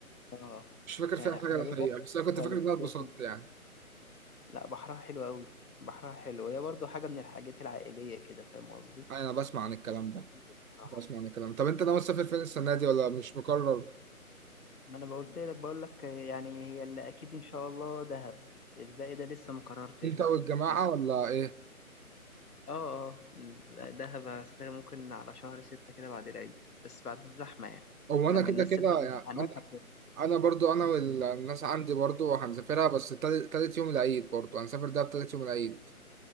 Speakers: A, on the left; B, on the right.
A: اه
B: مش فاكر
A: كان
B: فيها حاجة
A: عجبتك
B: الحقيقة بس أنا كنت
A: ولا
B: فاكر
A: مش
B: إن أنا اتبسطت
A: فاكر؟
B: يعني
A: لا بحرها حلو قوي بحرها حلو هي برضو حاجة من الحاجات العائلية كده فاهم قصدي
B: أنا بسمع عن الكلام ده
A: لذيذة بصراحة
B: بسمع عن الكلام طب أنت ناوي تسافر فين السنة دي ولا مش مقرر
A: ما انا بقولت لك بقول لك يعني هي اللي اكيد ان شاء الله دهب الباقي ده لسه ما قررتش
B: أنت
A: بقى
B: والجماعة
A: بس
B: ولا إيه؟
A: اه اه لا، دهب هسافرها ممكن على شهر ستة كده بعد العيد بس بعد الزحمة يعني
B: هو أنا
A: لما
B: كده
A: الناس
B: كده
A: تبدأ امتحانات
B: يعني أنا
A: هت-
B: أنا برضو أنا والناس عندي برضو هنسافرها بس تالت تالت يوم العيد برضو هنسافر ده تالت يوم العيد